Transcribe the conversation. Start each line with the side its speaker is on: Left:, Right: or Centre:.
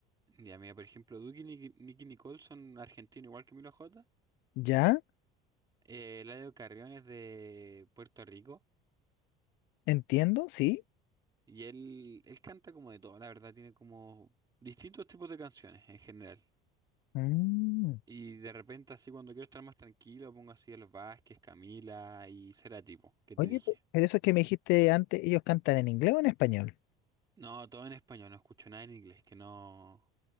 Right: Ya, mira, por ejemplo, Duki y Nicky, Nicole son argentinos igual que Milo J.
Left: Ya,
Right: Eh, Eladio Carrión es de Puerto Rico
Left: entiendo, sí.
Right: y él, él canta como de todo, la verdad, tiene como distintos tipos de canciones en general.
Left: Mm.
Right: Y de repente así cuando quiero estar más tranquilo pongo así a los Vázquez, Camila y Cerati, po, que
Left: Oye,
Right: te dije.
Left: pe- pero eso que me dijiste antes, ¿ellos cantan en inglés o en español?
Right: No, todo en español, no escucho nada en inglés, que no...